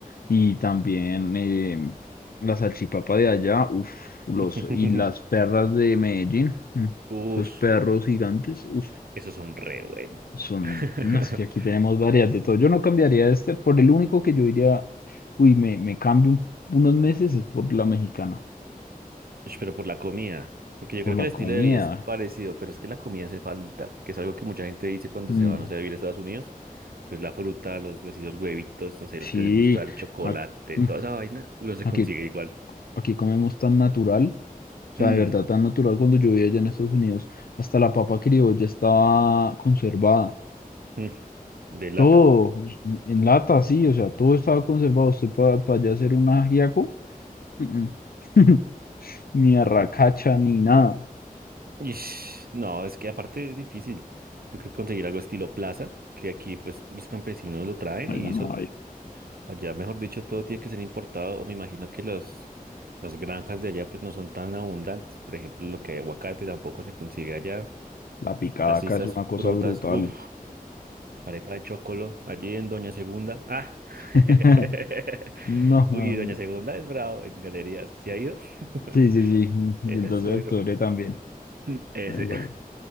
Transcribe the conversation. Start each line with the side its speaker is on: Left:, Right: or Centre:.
Left: Y también eh, la salchipapa de allá, uff, los,
Right: <laughs>
Left: y las perras de Medellín, mm,
Right: Uf,
Left: esos perros gigantes, uff,
Right: esos son re buenos.
Left: son,
Right: <laughs>
Left: no, es que aquí tenemos varias de todo. Yo no cambiaría este, por el único que yo diría, uy, me, me cambio un- unos meses es por la mexicana,
Right: Ush, Pero por la comida. Porque yo
Left: por
Right: creo
Left: la
Right: que el
Left: comida.
Right: estilo de vida es parecido, pero es que la comida hace falta, que es algo que mucha gente dice cuando
Left: Mm,
Right: se va, no sé, a vivir a Estados Unidos. Pues la fruta, los, así, los huevitos, no sé,
Left: sí,
Right: los que les gusta el chocolate,
Left: a- mm,
Right: toda esa vaina, uno se
Left: aquí,
Right: consigue igual.
Left: aquí comemos tan natural, o sea,
Right: Mm,
Left: de verdad tan natural. Cuando yo vivía allá en Estados Unidos, hasta la papa criolla estaba conservada.
Right: mm, ¿De lata?
Left: Todo en lata, sí, o sea, todo estaba conservado. Usted para allá hacer un ajiaco, mm, mm. <laughs> ni arracacha
Right: <laughs>
Left: ni nada.
Right: Ish, no, es que aparte es difícil. Yo creo que conseguir algo estilo plaza, que aquí pues los campesinos lo traen
Left: Allá
Right: y eso
Left: no hay.
Right: allá, mejor dicho, todo tiene que ser importado o me imagino que los, las granjas de allá pues no son tan abundantes. Por ejemplo, lo que hay aguacate tampoco se consigue allá.
Left: La picada
Right: Así
Left: acá
Right: estas
Left: es una cosa
Right: frutas,
Left: brutal.
Right: uff, arepa de chocolo, allí en Doña Segunda. Ah,
Left: <laughs>
Right: <laughs>
Left: No,
Right: uy,
Left: ah,
Right: Doña Segunda es bravo en galerías. ¿Se ha ido? <laughs>
Left: sí, sí, sí. Y
Right: Ese
Left: el 12
Right: es bueno.
Left: de octubre también.
Right: <laughs> Ese.
Left: Eso.